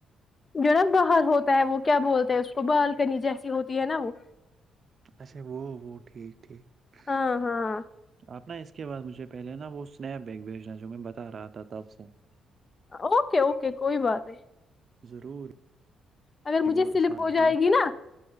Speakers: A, on the left; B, on the right.
A: جو نا باہر ہوتا ہے وہ کیا بولتے ہیں اس کو بالکنی جیسی ہوتی ہے نا وہ
B: اچھا وہ وہ ٹھیک ٹھیک
A: ہاں ہاں
B: آپ نہ اس کے بعد مجھے پہلے نہ وہ اسنیپ ایک بھیجنا جو میں بتا رہا تھاب سے
A: اوکے اوکے کوئی بات نہیں
B: ضرور
A: اگر مجھے
B: اور
A: سلپ
B: رسانہ
A: ہو
B: بھی
A: جائے گی نا